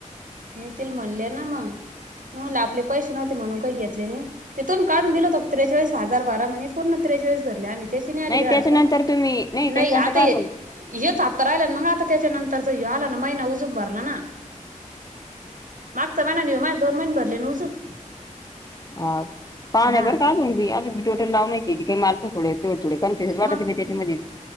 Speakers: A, on the right (about 80°); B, on the left (about 30°).
A: येतील म्हणले ना मग म आपले पैसे नव्हते म्हणून काही घेतले नाही, तेथून काढून दिल होत त्रेचाळीस हजार बारा म्हणून पूर्ण सेहचाळीस भरले आणि त्याची नाही आली ग
B: त्याच्यानंतर
A: अडचण
B: तुम्ही
A: नाही
B: त्याच्यानंतर
A: ग आता येते,
B: काय करू
A: आत्ता राहिला मग आता त्याच्यानंतर तर तो यायला ना महिना उजून भरला ना मागचा महिना न हो मा दोन महिने भरले न उजून
B: हा पान
A: हा
B: आहे पर अजून टोटे लावलेत की काही अजूध मारत थोडे थोडे कनफ वाटात
A: मग
B: पण नाही त्याच्यामध्ये